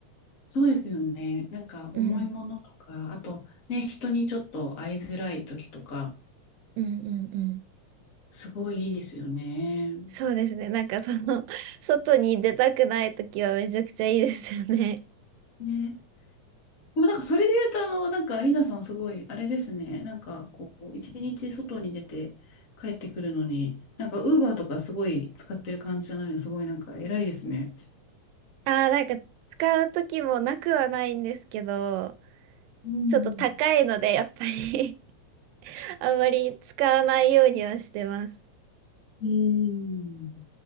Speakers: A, on the left (about 80°); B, on the right (about 90°).
A: そうですよね。なんか重いものとか、
B: うん、
A: あとね、人にちょっと会いづらい時とか、
B: うん、うん、うん。
A: すごいいいですよね。
B: そうですね。なんかその、外に出たくない時はめちゃくちゃいいですよね。
A: ね。でもなんかそれで言うと、あの、なんかアリーナさんすごい、あれですね。なんかこう、一日外に出て帰ってくるのに、なんかウーバーとかすごい使ってる感じじゃないの、すごいなんか偉いですね。
B: <laughs> ああ、なんか使う時もなくはないんですけど、
A: うん
B: ちょっと高いので、やっぱり <laughs> あんまり使わないようにはしてます。
A: うん。うん。